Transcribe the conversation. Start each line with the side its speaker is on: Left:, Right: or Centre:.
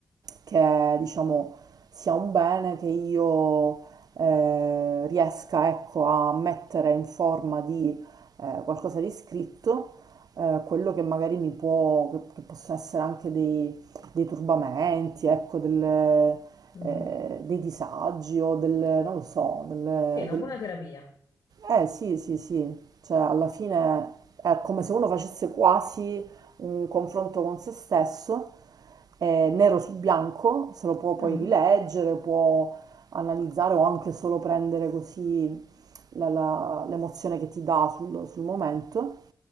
Right: che diciamo sia un bene che io eh, riesca ecco, a mettere in forma di eh, qualcosa di scritto eh, quello che magari mi può, che, che possono essere anche dei, dei turbamenti, ecco, delle-
Left: mhm.
Right: eh, dei disagi o delle, non lo so, delle,
Left: Sì, è una
Right: del-
Left: buona terapia.
Right: eh sì, sì, sì, cioè alla fine è come se uno facesse quasi un confronto con se stesso, eh, nero su bianco, se lo può poi
Left: Mhm.
Right: rileggere, può analizzare o anche solo prendere così la- la- l'emozione che ti dà sul, sul momento.